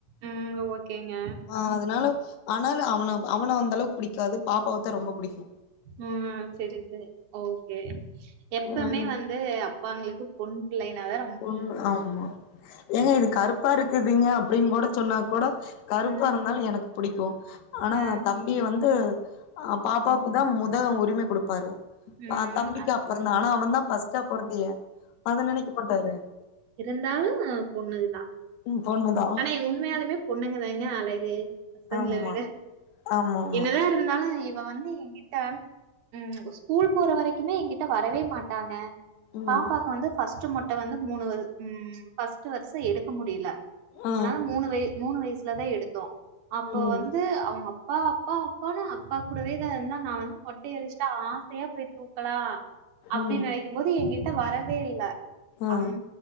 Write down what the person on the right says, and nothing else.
ம் அ ஓக் க்கேங்க
ம் செரி செரி ஓகே எப்பமே
வந் து அப்பாங்களுக்கு பொண் பிள்ளைனாதா
அ
அ
ம்.
அத்
இருந்தாலு பொண்ணுது தா
ஆனா உண்மையாலுமே பொண்ணுங்கதாங்க அழகு பசங்கள
விட
என்னதா இருந்தாலு இவ வந்து எங்கிட்ட ம் ஸ்கூல் போற வரைக்குமே என்கிட்ட வரவே மாட்டாங்க
பாப்பாக்கு வந்து ஃபர்ஸ்ட்டு மொட் ட்ட வந்து மூணு வரு ம் ஃபர்ஸ்ட் வருஷ எடுக்க முடியில
அதனால மூணு வய மூணு வயசுலதா எடுத்தோ அப்போ
வந்து அவங்க அப் அப்பா அப்பா அப்பான்னு அப்பா கூடவே தா இருந்தா நா வந்து மட் யே எரிச்சிட்டா ஆசையா போய் தூக்கலா அப்டின்
நனைக்கும் போது என்கிட்ட வரவே இல்ல
அம்